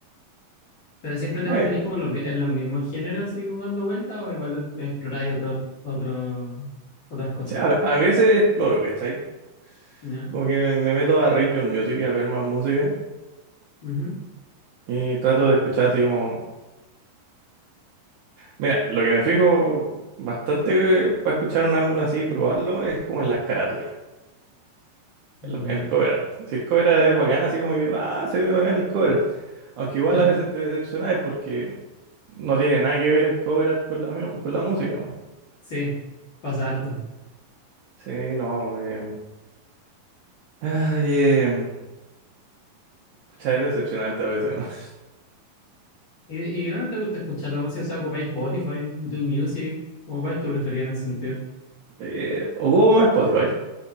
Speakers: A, on the left (about 40°); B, on the right (about 70°).
A: Pero siempre te
B: Ay,
A: mantenís como en los, en los mismos géneros, así como dando vueltas, o igual exploráis otros, otros, otras cosas.
B: o sea, a, a veces exploro, ¿cachai?
A: Ya.
B: Como que me, me meto a Radio Music a ver más música
A: Ujú.
B: y trato de escuchar así como... Mira, lo que me fijo bastante para escuchar un álbum así y probarlo es como en las carátulas,
A: Ya.
B: en, los- en el cover art. Si el cover art es bacán, así como que digo, ah, se ve bacán el cover art. Aunque igual
A: <laughs>
B: a veces te decepcionas porque no tiene nada que ver el cover art con la, mu- con la música.
A: Sí, pasa harto.
B: Sí, no. em, ay, em, pucha, es decepcionante a veces, ¿no? <laughs>
A: ¿Y, y dónde te gusta escuchar la música? O sea, ocupáis Spotify, YouTube Music, como cuál es tu preferida en ese sentido.
B: Eh, o Google Spotify.